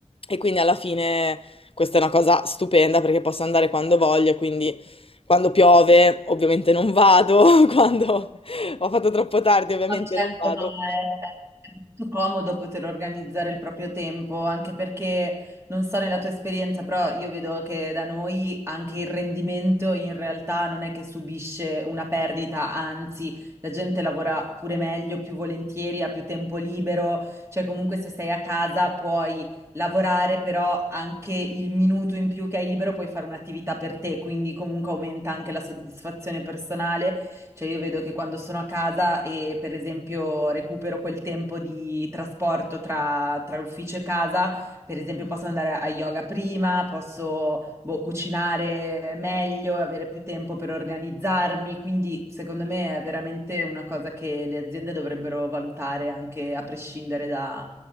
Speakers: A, on the left (about 50°); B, on the right (about 25°).
A: E quindi alla fine questa è una cosa stupenda perché posso andare quando voglio, quindi quando piove ovviamente non vado, <laughs> quando ho fatto troppo tardi ovviamente
B: No, certo,
A: non vado.
B: ma è, è molto comodo poter organizzare il proprio tempo, anche perché non so nella tua esperienza, però io vedo che da noi anche il rendimento in realtà non è che subisce una perdita, anzi, la gente lavora pure meglio, più volentieri, ha più tempo libero, cioè comunque se sei a casa puoi lavorare, però anche il minuto in più che hai libero puoi fare un'attività per te, quindi comunque aumenta anche la soddisfazione personale Cioè io vedo che quando sono a casa e per esempio recupero quel tempo di trasporto tra, tra l'ufficio e casa, per esempio posso andare a yoga prima, posso boh, cucinare meglio, avere più tempo per organizzarmi, quindi secondo me è veramente una cosa che le aziende dovrebbero valutare anche a prescindere da,